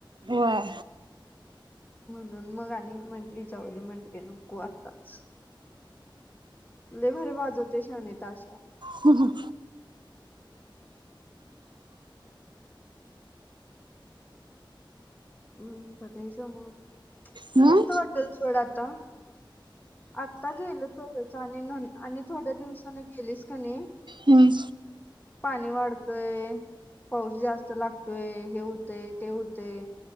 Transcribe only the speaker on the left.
म्हणून मग आणि म्हंटलीत जाऊदे म्हंटलीत नको आताच. लय भारी वाजवतो शाने ताशा.
मग
मस्त वाटेल सोडा आता. आत्ता गेल तरच आणि न आणि थोड्या दिवसाने गेलीच क नाही.
पाणी वाढतंय पाऊस जास्त लागतोय हे होतेय ते होतेय.